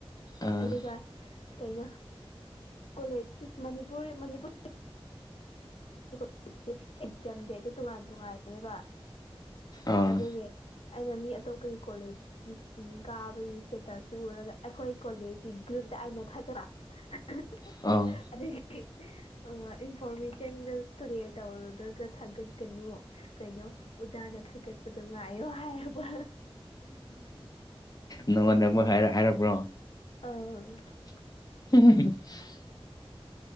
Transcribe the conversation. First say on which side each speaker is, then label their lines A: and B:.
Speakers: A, on the left (about 40°); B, on the left (about 75°).
A: ꯑꯥ
B: ꯑꯗꯨꯒ ꯀꯩꯅꯣ ꯀꯣꯂꯦꯖ ꯃꯅꯤꯄꯨꯔ ꯃꯅꯤꯄꯨꯔ <inaudible> <unintelligible> ꯑꯦꯛꯖꯥꯝ ꯗꯦ ꯗꯤ ꯇꯣꯉꯥꯟ ꯇꯣꯉꯥꯜꯂꯦꯕ
A: ꯑꯥ
B: ꯑꯗꯨꯒꯤ ꯑꯩꯅ ꯃꯤ ꯑꯇꯣꯞꯄꯒꯤ ꯀꯣꯂꯦꯖ <unintelligible> ꯀꯥꯕꯒꯤ ꯁꯇꯦꯇꯁꯇꯣ ꯎꯔꯒ ꯑꯩꯈꯣꯏ ꯀꯣꯂꯦꯖꯀꯤ ꯒ꯭ꯔꯨꯞꯇ ꯑꯩꯅ ꯊꯥꯒꯠꯄ <unintelligible>
A: ꯑꯧ
B: ꯑꯗꯨꯒꯤ ꯏꯟꯐꯣꯔꯃꯦꯁꯟꯗꯣ ꯀ꯭ꯂꯤꯌꯥꯔ ꯇꯧꯗ꯭ꯔꯒ ꯊꯥꯒꯠꯀꯅꯨ ꯀꯩꯅꯣ ꯎꯖꯥꯅ ꯊꯥꯒꯠꯄꯗꯣ ꯉꯥꯏꯌꯣ ꯍꯥꯏꯔꯛꯄ
A: ꯅꯉꯣꯟꯗ ꯑꯃꯨꯛ ꯍꯥꯏꯔꯛ ꯍꯥꯏꯔꯛꯄ꯭ꯔꯣ
B: ꯑꯧ
A: <unintelligible>